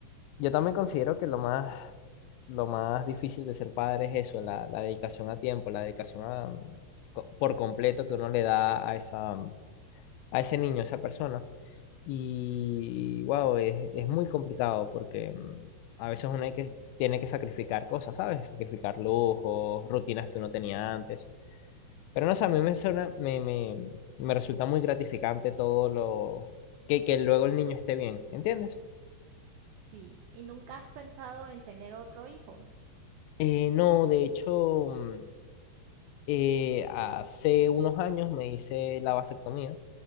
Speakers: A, on the left; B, on the right.
A: Yo también considero que lo más, lo más difícil de ser padre es eso, la, la dedicación a tiempo, la dedicación a- co- por completo que uno le da a esa a ese niño, a esa persona. Y wow, es, es muy complicado porque mm, a veces uno hay que, tiene que sacrificar cosas, ¿sabes? Sacrificar lujos, rutinas que uno tenía antes. Pero no sé, a mí me suena, me, me, me resulta muy gratificante todo lo que, que luego el niño esté bien, ¿entiendes?
B: Sí, ¿y nunca has pensado en tener otro hijo?
A: Eh, no, de hecho, mm, eh, hace unos años me hice la vasectomía.